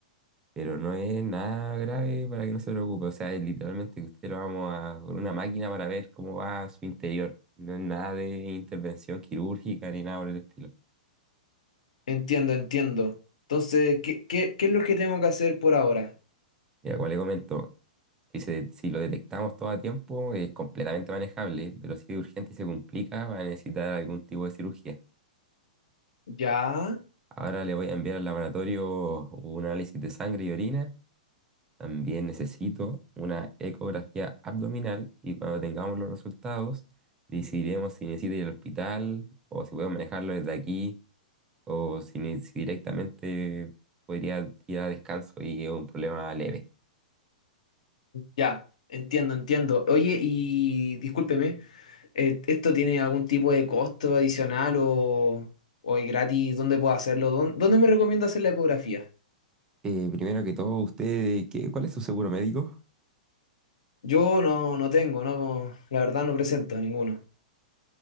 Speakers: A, on the right; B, on the left.
A: pero no es nada grave para que no se preocupe, o sea, es literalmente que usted lo vamos a con una máquina para ver cómo va su interior, no es nada de intervención quirúrgica ni nada por el estilo.
B: entiendo, entiendo. Entonces, ¿qué, qué, qué es lo que tengo que hacer por ahora?
A: Ya, como le comento. Si, se- de- si lo detectamos todo a tiempo, es completamente manejable, pero si es urgente y se complica, va a necesitar algún tipo de cirugía.
B: Ya,
A: Ahora le voy a enviar al laboratorio un análisis de sangre y orina. También necesito una ecografía abdominal y cuando tengamos los resultados, decidiremos si necesita ir al hospital o si podemos manejarlo desde aquí o si, ne- si directamente podría ir a descanso y es un problema leve.
B: ya, entiendo, entiendo. Oye, y discúlpeme, eh, ¿esto tiene algún tipo de costo adicional o, o es gratis? ¿Dónde puedo hacerlo? ¿Dónde, dónde me recomienda hacer la ecografía?
A: Eh, primero que todo, usted, ¿qué- cuál es su seguro médico?
B: Yo no, no tengo, no, la verdad no presento ninguno.